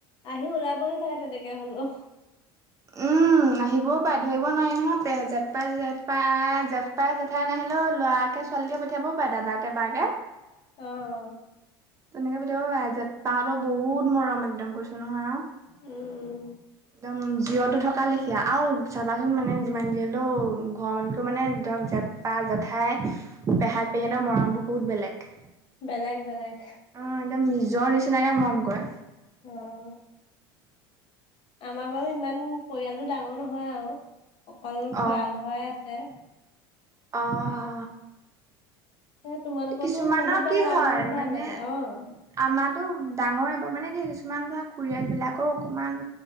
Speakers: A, on the left (about 45°); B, on the right (about 25°).
A: আহি ওলাবহি ছাগে তেনেকে হলোও।
B: উম। উম আহিবও পাৰে ধৰিব নোৱাৰি নহয় জেঠ পাই জেঠ পাই জেঠপাই জেঠাই নাহিলেও ল'ৰাকে ছোৱালীকে পঠিয়াব পাৰে দাদাকে বাকে।
A: অ', অ'।
B: তেনেকে পঠিয়াব পাৰে যেটপাহতো বহুত মৰম একদম কৈছো নহয় আৰু।
A: উম
B: একদম জিৰটো থকা লেখীয়া আৰু চাবাচোন মানে যিমান যি হ'লেও ঘৰৰ মানুহকে মানে ধৰক জ পা জেঠাই পেহা - পেহী হতৰ মৰম বোৰ বহুত বেলেগ।
A: বেলেগ বেলেগ।
B: অ একদম নিজৰ নিচিনাকে মৰম কৰে।
A: অ'। আমাৰ বাৰু ইমান পৰিয়ালটো ডাঙৰ নহয় আৰু অকল
B: অ
A: খুড়া ঘৰেই আছে।
B: অ'।
A: এ' তোমালোকৰতো
B: কিছুমানৰ
A: বহুত
B: কি
A: ডাঙৰ
B: হয়
A: বহুত ভাল
B: মানে
A: লাগে অ'।
B: আমাৰো ডাঙৰে মানে কি কিছুমান ধৰা খুৰীয়েক বিলাকে অকমান